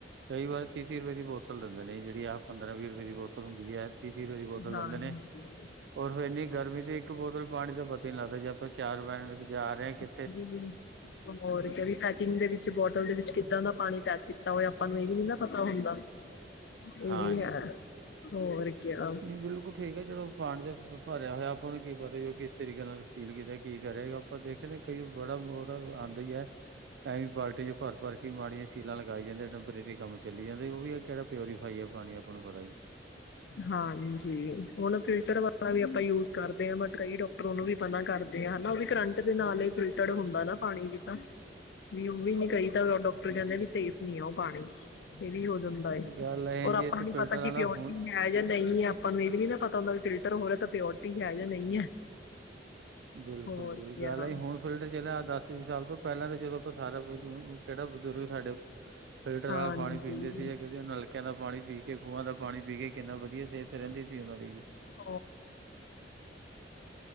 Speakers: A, on the right; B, on the left.
A: ਕਈ ਵਾਰ ਤੀ ਤੀਹ ਰੁਪਏ ਦੀ ਬੋਤਲ। ਦੇਂਦੇ ਨੇ ਜਿਹੜੀ ਆ ਪੰਦਰਾਂ ਵੀਹ ਰੁਪਏ ਦੀ ਬੋਤਲ ਹੁੰਦੀ ਹੈ। ਤੀਹ ਤੀਹ ਰੁਪੇ ਦੀ ਬੋਤਲ
B: ਹਾਂਜੀ
A: ਲੈਂਦੇ ਨੇ ਔਰ ਫਿਰ ਇੰਨੀ ਗਰਮੀ ਦੀ ਇਕ ਬੋਤਲ ਪਾਣੀ ਦੇ ਬਦ ਨੀ ਲੱਗਦਾ ਜੇ ਆਪਾਂ ਚਾਰ ਬੈਂਡ ਲ ਜਾ ਕ ਜਾ ਰਹੇ ਹਾਂ ਕਿ
B: ਹੰ ਹੋਰ ਕੇ ਵੀ ਪੈਕਿੰਗ ਦੇ ਵਿੱਚ ਬੋਟਲ ਦੇ ਵਿੱਚ ਕਿੱਦਾਂ ਦਾ ਪਾਣੀ ਪੈਕ ਕੀਤਾ ਹੋਇ ਆਪਾਂ ਨੂੰ ਇਹ ਵੀ ਨੀ ਨਾ ਪਤਾ ਹੁੰਦਾ। ਇਹ
A: ਹਾਂਜੀ
B: ਵੀ ਹੈ। ਹੋਰ ਕਿਆ
A: ਨਹੀਂ ਬਿਲਕੁਲ ਠੀਕ ਹੈ ਜਿਹਦੋਂ ਪਾਣੀ ਦੇ ਭਰਿਆ ਹੋਇਆ ਆਪਾਂ ਨੂੰ ਕੀ ਪਤਾ ਕਿ ਉਹ ਕਿਸ ਤਰੀਕੇ ਨਾਲ ਸੀਲ ਕੀਤਾ ਕੀ ਕਰਯਾ ਆਪਾਂ ਦੇਖੇਦੇ ਕਈ ਬੜਾ ਬਹੁਤ ਅ ਆਉਂਦੀ ਹੈ ਐਵੇਂ ਈ ਬਾਲਟੀ ਚ ਭਰ ਭਰ ਮਾੜੀ ਸੀਲਾ ਲਗਾਈ ਜਾਂਦੇ ਟੈਂਪਰੇਰੀ ਕੰਮ ਚਲੀ ਜਾਂਦਾ। ਤੇ ਉਹ ਵੀ ਹੈ ਕਿਹੜਾ ਪਿਓਰੀਫਾਈ ਆ ਪਾਣੀ ਆਪਾਂ ਨੂੰ ਪਤਾ ਈ।
B: ਹਾਂ ਜੀ ਹੁਣ ਫਿਲਟਰ ਵਾ ਵੀ ਆਪਾਂ ਯੂਜ਼ ਕਰਦੇ ਆ ਬਟ ਕਈ ਡਾਕਟਰ ਉਹਨੂੰ ਵੀ ਪਤਾ ਕਰਦੇ ਆ ਹਨਾ ਉਹ ਵੀ ਕਰੰਟ ਦੇ ਨਾਲ ਹੀ ਫਿਲਟਰਡ ਹੁੰਦਾ ਨਾ ਪਾਣੀ ਵੀ ਤਾਂ ਵੀ ਉਹ ਵੀ ਨ ਕਈ ਤਾਂ ਡਾਕਟਰ ਕਹਿੰਦੇ ਵੀ ਸੇਫ ਨੀ ਆ ਉਹ ਪਾਣੀ ਇੱਥੇ ਵੀ ਹੋ ਜਾਂਦਾ ਏ
A: ਗੱਲ ਐ
B: ਔਰ
A: ਜੀ
B: ਆਪਣੀ
A: ਇਹ ਤੇ ਫਿਲਟਰ ਵਾਲਾ
B: ਦੀ ਪਿਓਰਟੀ
A: ਹੁਣ
B: ਹੈ ਜਾਂ ਨਹੀਂ ਹੈ। ਆਪਾਂ ਨੂੰ ਵੀ ਨੀ ਪਤਾ ਹੁੰਦਾ ਫਿਰ ਹੋ ਰਿਹਾ ਤਾਂ ਪਿਓਰਟੀ ਹੈ ।ਜਾਂ ਨਹੀਂ ਹੈ।
A: ਬਿਲਕੁਲ
B: ਹੋਰ
A: ਜੀ ਬੁਲ
B: ਕਿਆ
A: ਗੱਲ ਆਈ ਹੁਣ ਫਿਲਟਰ ਚਲਿਆ ਦਸ ਵੀਹ ਸਾਲ ਤੋਂ ਪਹਿਲਾਂ ਤਾਂ ਜਦੋਂ ਸਾਰਾ ਕਿਹੜਾ ਬਜ਼ੁਰਗ ਸਾਡੇ ਫਿਲਟਰ
B: ਹਾਂਜੀ,
A: ਵਾਲਾ ਪਾਣੀ ਪੀਂਦੇ ਸੀ ਕਹਿੰਦੀ ਨਲਕਿਆਂ ਦਾ ਪਾਣੀ ਪੀ ਕਿ ਖੂਹਾਂ ਦਾ ਪਾਣੀ ਪੀ ਕੇ ਕਿੰਨਾ ਵਧੀਆ ਸਿਹਤ ਰਹਿੰਦੀ ਸੀ
B: <inaudible> <inaudible>
A: ਉਹਨਾਂ ਦੀ ਜੀ।